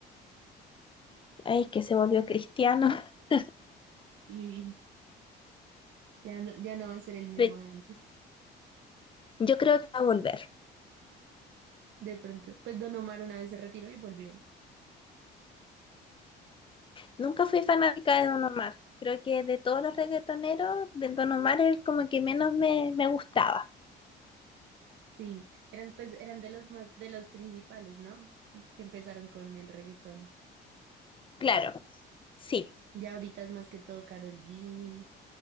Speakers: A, on the left; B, on the right.
A: ay, que se volvió cristiano. <laughs>
B: y ya no, ya no va a ser el mismo
A: Pero
B: de antes.
A: Yo creo que va a volver.
B: De pronto, pues Don Omar una vez se retiró y volvió.
A: Nunca fui fanática de Don Omar. Creo que de todos los reggaetoneros, del Don Omar es como que menos me, me gustaba.
B: Sí, eran pues eran de los más de los principales, ¿no? Que empezaron con el reggaetón.
A: Claro, sí.
B: Ya ahorita es más que todo Karol G,